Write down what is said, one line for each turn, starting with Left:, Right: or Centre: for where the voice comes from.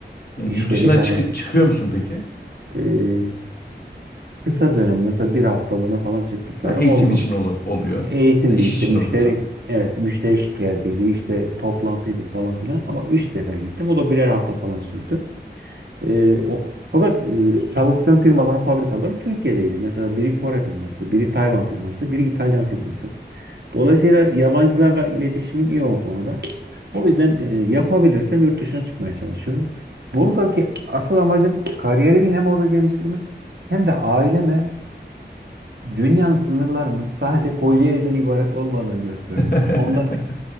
Left: Hı, Yurt
Right: İşte
Left: dışına
Right: bir tane
Left: çık- çıkıyor musun peki?
Right: e, kısa dönem mesela bir haftalığına falan çıktıkları
Left: Ha, eğitim
Right: oldu.
Left: için ola- oluyor
Right: Eğitimdi
Left: ya da iş
Right: işte
Left: için
Right: müşteri
Left: oluyor.
Right: evet müşteri şikayetiydi işte toplantıydı falan filan ama üç sefer gittim o da birer hafta falan sürdü. Ee, o, fakat e, çalıştığım firmaların fabrikaları Türkiye'deydi. Mesela biri Kore firması, biri Tayvan firması, biri İtalyan firması. Dolayısıyla yabancılarla iletişimim iyi o konuda. O yüzden e, yapabilirsem yurt dışına çıkmaya çalışıyorum. Buradaki asıl amacım kariyerimi hem orada geliştirmek hem de aileme dünyanın sınırlarının sadece Kocaeli'den ibaret olmadığını göstermek.
Left: <laughs>
Right: Onlar